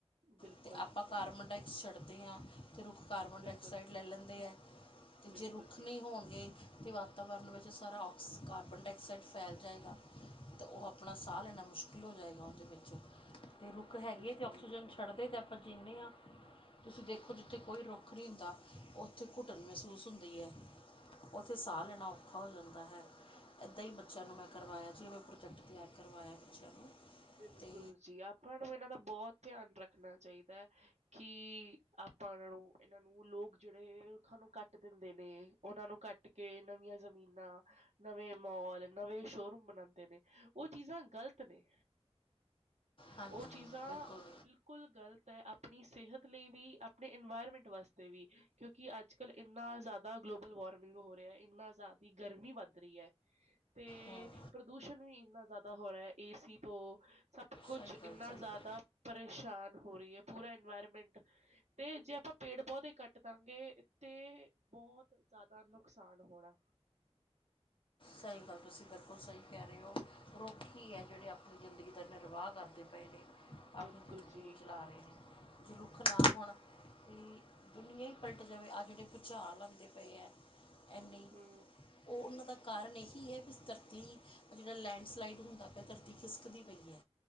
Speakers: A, on the right (about 90°); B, on the left (about 50°).
A: ਬਿਲਕੁੱਲ।
B: ਅਤੇ ਆਪਾਂ ਕਾਰਬਨ ਡਾਇਆਕਸ ਛੱਡਦੇ ਹਾਂ। ਅਤੇ ਰੁੱਖ ਕਾਰਬਨ
A: ਬਿਲਕੁਲ
B: ਡਾਇਆਕਸਾਈਡ ਲੈ ਲੈਂਦੇ ਹੈ ਅਤੇ
A: ਬਿਲਕੁਲ
B: ਜੇ ਰੁੱਖ
A: ਜੀ
B: ਨਹੀਂ ਹੋਣਗੇ ਅਤੇ ਵਾਤਾਵਰਨ ਵਿੱਚ ਸਾਰਾ ਕਸ ਕਾਰਬਨ ਡਾਇਆਕਸਾਈਡ ਫੈਲ ਜਾਏਗਾ। ਤਾਂ ਉਹ ਆਪਣਾ ਸਾਹ ਲੈਣਾ ਮੁਸ਼ਕਿਲ ਹੋ ਜਾਏਗਾ ਉਹਦੇ ਵਿੱਚ ਅਤੇ ਰੁੱਖ ਹੈਗੀ
A: ਬਿਲਕੁਲ
B: ਹੈ ਅਤੇ ਆਕਸੀਜਨ ਛੱਡਦੇ ਤੇ ਆਪ ਜੀਨੇ ਹਾਂ ਤੁਸੀਂ ਦੇਖੋ ਜਿੱਥੇ ਕੋਈ ਰੁੱਖ ਨਹੀਂ ਹੁੰਦਾ ਉੱਥੇ ਘੁਟਣ ਮਹਿਸੂਸ ਹੁੰਦੀ ਹੈ ਉੱਥੇ ਸਾਹ ਲੈਣਾ ਔਖਾ ਹੋ ਜਾਂਦਾ ਹੈ ਇੱਦਾਂ ਹੀ ਬੱਚਿਆਂ ਨੂੰ ਮੈਂ ਕਰਵਾਇਆ ਜਿਵੇਂ ਪ੍ਰੋਜੈਕਟ ਤਿਆਰ ਕਰਵਾਇਆ ਬੱਚਿਆਂ ਨੂੰ
A: ਬਿਲਕੁੱਲ
B: ਅਤੇ
A: ਜੀ ਆਪਾਂ ਨੂੰ ਇਹਨਾਂ ਦਾ ਬਹੁਤ ਧਿਆਨ ਰੱਖਣਾ ਚਾਹੀਦਾ ਹੈ ਕਿ ਆਪਾਂ ਇਹਨਾਂ ਨੂੰ ਇਹਨਾਂ ਨੂੰ ਲੋਕ ਜਿਹੜੇ ਰੁੱਖਾਂ ਨੂੰ ਕੱਟ ਦਿੰਦੇ ਨੇ ਉਹਨਾਂ ਨੂੰ ਕੱਟ ਕੇ ਨਵੀਆਂ ਜ਼ਮੀਨਾਂ ਨਵੇਂ ਮੋਾਲ ਨਵੇਂ ਸ਼ੋਰੂਮ ਬਣਾਦੇ ਨੇ ਉਹ ਚੀਜ਼ਾਂ ਗ਼ਲਤ ਨੇ
B: ਹਾਂਜੀ
A: ਉਹ ਚੀਜ਼ਾਂ
B: ਬਿਲਕੁਲ
A: ਬਿਲਕੁੱਲ ਬਿਲਕੁੱਲ ਗਲਤ ਹੈ ਆਪਣੀ ਸਿਹਤ ਲਈ ਵੀ ਆਪਣੇ ਇਨਵਾਇਰਮੈਂਟ ਵਾਸਤੇ ਵੀ ਕਿਉਂਕਿ ਅੱਜ-ਕੱਲ੍ਹ ਇੰਨਾ ਜ਼ਿਆਦਾ ਗਲੋਬਲ ਵਾਰਮਿੰਗ ਹੋ ਰਿਹਾ ਇੰਨਾ ਜ਼ਿਆਦਾ ਗਰਮੀ ਵੱਧ ਰਹੀ ਹੈ ਤੇ
B: ਹੂੰ
A: ਪ੍ਰਦੂਸ਼ਣ ਵੀ ਇੰਨਾ ਜ਼ਿਆਦਾ ਹੋ ਰਿਹਾ ਹੈ ਏਸੀ ਤੋਂ ਸਭ ਕੁਛ
B: ਸਹੀ ਗੱਲ
A: ਇੰਨਾ
B: ਸਹੀ
A: ਜ਼ਿਆਦਾ
B: ਗੱਲ
A: ਪਰੇਸ਼ਾਨ ਹੋ ਰਹੀ ਹੈ ਪੂਰਾ ਇਨਵਾਇਰਮੈਂਟ ਤੇ ਜੇ ਆਪਾਂ ਪੇੜ ਪੌਦੇ ਕੱਟ ਦਾਂਗੇ ਤੇ ਬਹੁਤ ਜ਼ਿਆਦਾ ਨੁਕਸਾਨ ਹੋਣਾ
B: ਸਹੀ ਗੱਲ ਤੁਸੀਂ ਬਿਲਕੁਲ ਸਹੀ ਕਹਿ ਰਹੇ ਹੋ ਰੁੱਖਹੀ ਹੈ ਜਿਹੜੇ ਆਪਣੀ ਜ਼ਿੰਦਗੀ ਦਾ ਨਿਰਵਾਹ ਕਰ ਪਏ ਨੇ ਆਪਣੀ
A: ਬਿਲਕੁਲ
B: ਜ਼ਿੰਦਗੀ
A: ਜੀ
B: ਨੂੰ ਚਲਾ ਰਹੇ ਨੇ ਜੋ ਰੁੱਖ ਨਾ ਹੋਣ ਤੇ ਦੁਨੀਆਂ ਹੀ ਪਲਟ ਜਾਵੇ ਆਹ ਜਿਹੜੇ ਭੂਚਾਲ ਆਦੇ ਪਏ ਹੈ ਇੰਨੇ
A: ਹੂੰ
B: ਉਹ ਉਹਨਾਂ ਦਾ ਕਾਰਨ ਇਹੀ ਹੈ ਵੀ ਧਰਤੀ ਜਿਹੜਾ ਲੈਂਡਸਲਾਈਡ ਹੁੰਦਾ ਪਿਆ ਧਰਤੀ ਖਿਸਕਦੀ ਪਈ ਐ